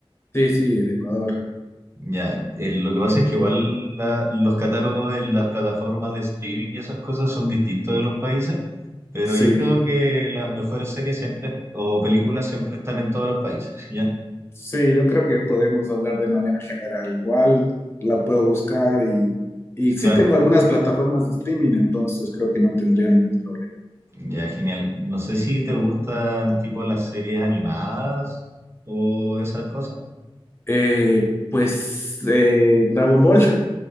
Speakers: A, on the left; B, on the right.
A: Sí, sí, de Ecuador.
B: Ya, eh, lo que pasa es que igual la- los catálogos en las plataformas de streaming y esas cosas son distintos de los países, pero
A: Sí.
B: yo creo que las mejores series siempre, o películas siempre están en todos los países, <laughs> ¿ya?
A: Sí, yo creo que podemos hablar de manera general. Igual la puedo buscar y, y sí
B: Claro,
A: tengo algunas plataformas de streaming, entonces creo que no tendría ningún problema.
B: ya, genial. No sé si te gustan tipo las series animadas o esas cosas.
A: Eh, pues eh, Dragon Ball.